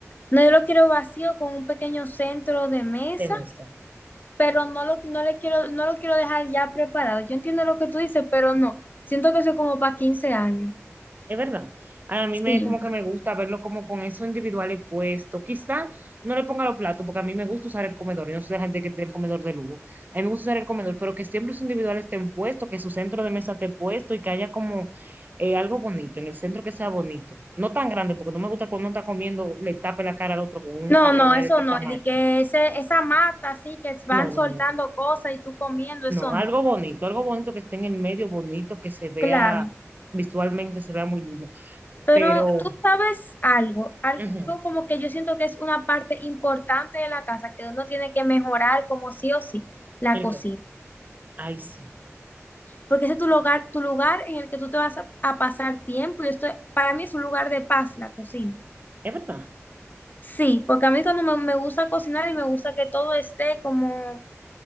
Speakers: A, on the left; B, on the right.
A: No, yo lo quiero vacío con un pequeño centro de mesa,
B: de mesa.
A: pero no lo, no le quiero, no lo quiero dejar ya preparado. Yo entiendo lo que tú dices, pero no. Siento que eso es como para quince años.
B: Es verdad. A mí
A: Sí.
B: me como que me gusta verlo como con eso individuales puesto. Quizá no le ponga los platos, porque a mí me gusta usar el comedor. Yo no soy de la gente que tiene el comedor de lujo. A mí me gusta usar el comedor, pero que siempre los individuales estén puestos, que su centro de mesa esté puesto y que haya como eh, algo bonito, en el centro que sea bonito. No tan grande, porque no me gusta cuando uno está comiendo, le tape la cara al otro con un
A: No,
B: jarrón
A: no, eso
B: ahí de aquel
A: no.
B: tamaño.
A: Y de que ese, esa mata así que van
B: No, no,
A: soltando
B: no. No,
A: cosas y tú comiendo,
B: No,
A: eso no.
B: algo bonito, algo bonito que esté en el medio, bonito, que se vea
A: Claro.
B: visualmente, se vea muy lindo.
A: Pero
B: Pero,
A: tú sabes algo, algo
B: ujú,
A: como que yo siento que es una parte importante de la casa, que uno tiene que mejorar como sí o sí, la
B: ¿El
A: cocina.
B: qué? Ay, sí,
A: Porque ese es tu lugar, tu lugar en el que tú te vas a, a pasar tiempo y esto para mí es un lugar de paz, la cocina.
B: es verdad.
A: Sí, porque a mí cuando me, me gusta cocinar y me gusta que todo esté como